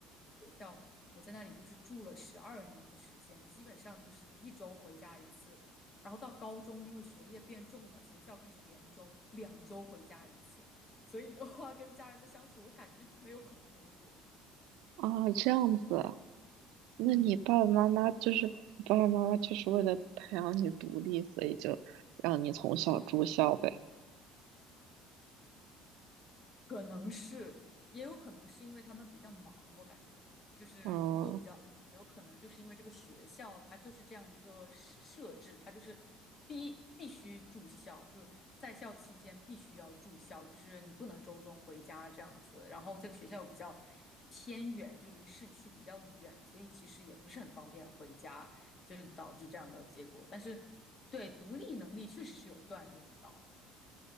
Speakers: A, on the left; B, on the right.
A: 学校我在那里就是住了十二年的时间，基本上就是一周回家一次，然后到高中因为学业变重了，学校开始连周两周回家一次，所以的话跟家人的相处我感觉就没有很多过，
B: 啊，这样子，那你爸爸妈妈就是你爸爸妈妈就是为了培养你独立，
A: 嗯。
B: 所以就让你从小住校呗。
A: 可能是，也有可能是因为他们比较忙，我感觉就是工作比较，
B: 嗯
A: 有可能就是因为这个学校它就是这样一个设置，它就是必必须住校，就是在校期间必须要住校，就是你不能周中回家这样子。然后这个学校又比较偏远，就离市区比较远，所以其实也不是很方便回家，就是导致这样的结果。但是对独立能力确实是有锻炼到。